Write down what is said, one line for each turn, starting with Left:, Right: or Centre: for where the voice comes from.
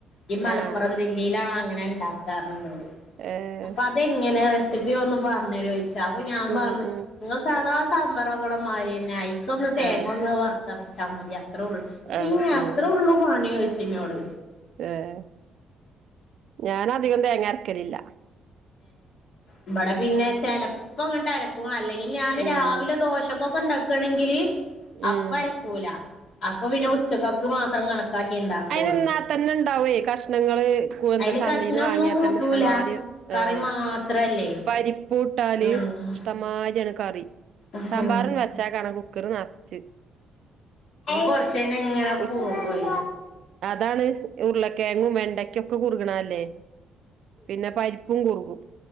Left: ഈ മലപ്പ്റം
Right: ആഹ്
Left: ജിൽ ലീലാണ് അങ്ങനെ ഉണ്ടാക്കാറുള്ളു ളു
Right: ഏഹ്
Left: അപ്പ അതെങ്ങനെ റെസിപ്പി ഒന്ന് പറഞ്ഞരോഴിച്ച് അപ്പൊ ഞാൻ
Right: ഉം
Left: പറഞ്
Right: ഉം
Left: ഇങ്ങള് സാധാ സാമ്പാറക്കണ മാരിന്നെ ഐക്കൊന്ന് തേങ്ങൊന്ന്
Right: ആഹ്
Left: വർത്തർച്ചാ മതിയാ ത്രള്ളൂ.
Right: ആഹ്
Left: എം അത്രെ
Right: ഉം
Left: ഉള്ളൂ ഫോണിനോയിച്ച്ന്നോട്
Right: ഏഹ്, ഞാനധികം തേങ്ങര്ക്കലില്ല
Left: ഇബടെ പിന്നെ ചെലപ്പൊങ്ങട്ട് അരക്കും. അല്ലെങ്കിൽ ഞാന്
Right: ഉം
Left: രാവിലെ ദോശക്കൊക്കെ ഇണ്ടാ കെൻങ്കിൽ അപ്പ
Right: ഉം
Left: അരക്കൂല അപ്പം പിന്നെ ഉച്ചക്കക്ക് മാത്രം കണ ക്കാക്കിയേ ണ്ടാക്കൊളളൂ
Right: അയിന് നിന്നാ തന്നെ ഉണ്ടാവേ കഷ്ണങ്ങള് പ്പൂ
Left: അയിന്
Right: ന്താ ചന്തീന്ന്
Left: കഷ്ണൊന്നും
Right: വാങ്ങിയാൽന്നെ
Left: കൂട്ടൂല
Right: ഇഷ്ടമാര്
Left: കറി
Right: ആഹ്
Left: മാത്രല്ലേ
Right: പരിപ്പൂട്ടാന്
Left: ഉം
Right: ട്ടം മാര്യാണ് കറി
Left: ഉം
Right: സാമ്പാറൺ വെച്ചാ കാണി കുക്കർ നർച്ച്.
Left: കൊറച്ച് കഴിഞ്ഞ് ഇങ്ങനെ
Right: ഉ-
Left: കുറുകുവേ
Right: അതാണ് ഉരുളകിഴങ്ങും വെണ്ടക്കൊക്കെ കുറുകണല്ലേ. പിന്നെ പരിപ്പും കുറുകും.